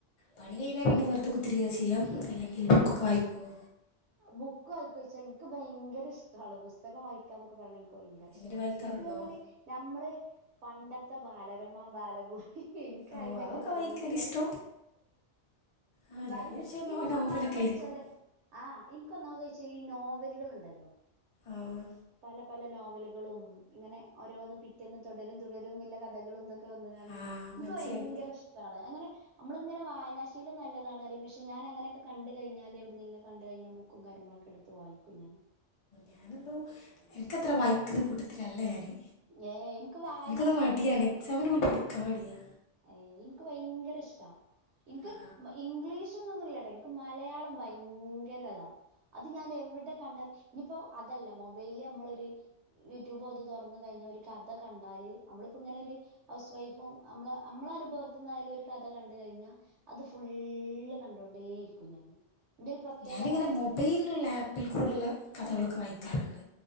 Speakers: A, on the left; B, on the right.
A: പണി കഴിഞ്ഞാൽ പിന്നെ വെറിതെ കുത്തിരിയ്ക്ക ചെയ്യാംല്ലെങ്കിൽ ബുക്ക്ക്കൊ വായിക്കുമോ
B: ബുക്ക് വായിക്കോച്ചാ എനിക്ക് ഭയങ്കര ഇഷ്ടാണ് പുസ്തകം വായിക്കാന്നൊക്കെ പറഞ്ഞാ എനി ഭയങ്കര
A: എന്നിട്ട്
B: ഇഷ്ട
A: വായിക്കാറുണ്ടോ
B: എനിക്ക്ന്നാല് ഞമ്മള് പണ്ടത്തെ ബാലരമ്മ ബാലഭൂമി എനിക്ക്
A: ഓ
B: അതിലൊക്കെ
A: അതൊക്കെ
B: ഭയങ്കര
A: വായിക്കാൻ ഇഷ്ടം ആ
B: ഭയങ്കര
A: ഞാൻ വിചാരിച്ചു
B: എനിക്ക്
A: നോവലൊക്കെ
B: ഒന്നാമതായിച്ചലേ
A: ആയിരിക്കും
B: ആഹ് എനിക്ക് ഒന്നാമത് വെച്ചാല് ഈ നോവലുകൾ ഉണ്ടല്ലോ
A: ആഹ്
B: പല പല നോവലുകളും ഇങ്ങനെ ഓരോന്ന് പിറ്റെന്ന് തുടരും തുടരും ന്നില്ലേ കഥകളുംഒക്കെ ക്കെ വന്നകണ്ടല്ല
A: ആ
B: നിക്ക്
A: മനസ്സിലായി
B: വയങ്കര ഇഷ്ട്ടാണ് അങ്ങനെ നമ്മളിങ്ങന വായനാശീലം നല്ലതാണ്റിയും പക്ഷെ ഞാൻ അങ്ങനെക്കെ കണ്ട് കഴഞ്ഞാല് എവിടുന്നെിലുക്കെ കണ്ട് കഴിഞ്ഞാ ബുക്ക് ബുക്കും കാര്യങ്ങളൊക്കെ എടുത്ത് വായിക്കുംഞാൻ
A: ഞാനെന്തോ എനിക്കത്ര വായിക്കന്ന കൂട്ടത്തിലല്ല ഞാന്
B: ഏ എനിക്ക് വായന
A: എനിക്കത്
B: അറിയണം
A: മടിയാണ് എക്സാമിന് പോലും പഠിക്കാൻ മടിയാ
B: ഏഹ് എനിക്ക് ഭയങ്കര ഇഷ്ടാ എനിക്ക്
A: ആ
B: ഇംഗ്ലീഷ് ന്നൊന്നുംല്ലട്ടോ എനക്ക് മലയാളം ഭയങ്കര അതാ അത് ഞാൻ എവിടെ കണ്ടാലും ഇനിയിപ്പോ അതല്ല മൊബൈലില് നമ്മളരു യൂട്യൂബും അത് തുറന്നു കഴിഞ്ഞ ഒരു കഥ കണ്ടാല് നമ്മളിപ്പോ ഇങ്ങനെ ഒരു ഹൗസ് വൈഫും നമ്മള അമ്മളെ അനുഭവത്ത്ന്നായാലും ഒരു കഥ കണ്ട് കഴിഞ്ഞാ അ അത് ഫുള്ള് കണ്ടോണ്ടേ ഇരിക്കും ഞാന് എന്റെ ഒരു പ്രത്യേകത
A: ഞാനിങ്ങനെ
B: അതാണ്
A: മൊബൈലിലുള്ള ആപ്പിൽ കൂടെുള്ള കഥകളൊക്കെ വായിക്കാറുണ്ട്